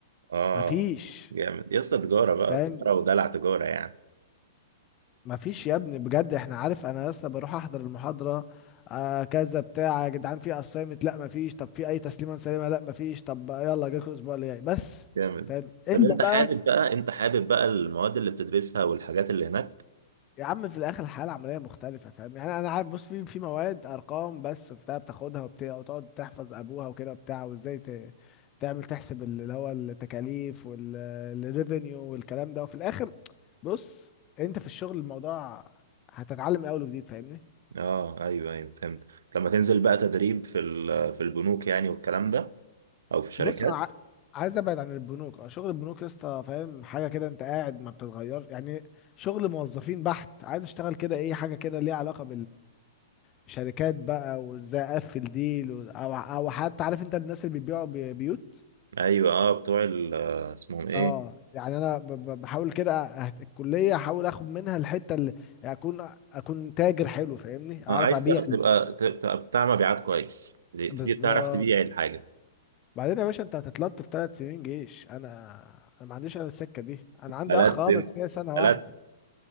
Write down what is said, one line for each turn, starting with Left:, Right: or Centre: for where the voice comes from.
Right: اه
Left: مفيش
Right: جامد يا اسطى تجارة بقى
Left: فاهم
Right: تجارة ودلع تجارة يعني
Left: ما فيش يا ابني بجد احنا عارف انا لسه بروح احضر المحاضره آه كذا بتاع يا جدعان في اسايمنت لا ما فيش طب في اي تسليمه سليمه لا ما فيش طب يلا جاكوا الاسبوع اللي جاي بس
Right: جامد
Left: فاهم الا
Right: طب انت حابب
Left: بقى
Right: بقى انت حابب بقى المواد اللي بتدرسها والحاجات اللي هناك
Left: يا عم في الاخر الحياه العمليه مختلفه فاهم يعني انا عارف بص في في مواد ارقام بس وبتاع بتاخدها وبتاع وتقعد تحفظ ابوها وكده وبتاع وازاي ت... تعمل تحسب ال- اللي هو التكاليف والريفينيو والكلام ده وفي الاخر بص انت في الشغل الموضوع هتتعلم من اول وجديد فاهمني
Right: اه ايوه ايوه فهمت لما تنزل بقى تدريب في ال- في البنوك يعني والكلام ده او في شركات
Left: بص انا ع- عايز ابعد عن البنوك اه شغل البنوك يا اسطى فاهم حاجه كده انت قاعد ما بتتغير يعني شغل موظفين بحت عايز اشتغل كده ايه حاجه كده ليها علاقه بالشركات بقى وازاي اقفل ديل و- او او حتى عارف انت الناس اللي بيبيعوا بي- بيوت
Right: ايوه اه بتوع ال- اسمهم ايه
Left: اه يعني انا ب- ب- بحاول كده أهت- الكليه احاول اخد منها الحته اللي يعني اكون اكون تاجر حلو فاهمني اعرف
Right: اه عايز
Left: ابيع
Right: تاخد- تبقى تبقى بتاع مبيعات كويس تبي
Left: بالظبط
Right: تعرف تبيع الحاجه
Left: بعدين يا باشا انت هتتلطف في ثلاث سنين جيش انا انا ما عنديش انا السكه دي انا عندي
Right: بلد
Left: اخ اه
Right: بنت
Left: بس هي سنه
Right: بلد
Left: واحده